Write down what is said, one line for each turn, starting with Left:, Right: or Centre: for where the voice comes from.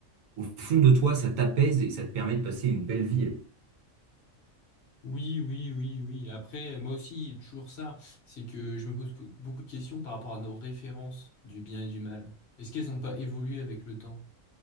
Right: au fond de toi, ça t'apaise et ça te permet de passer une belle vie.
Left: Oui, oui, oui, oui. Après, moi aussi, toujours ça, c'est que je me pose pou- beaucoup de questions par rapport à nos références du bien et du mal. Est-ce qu'elles n'ont pas évolué avec le temps?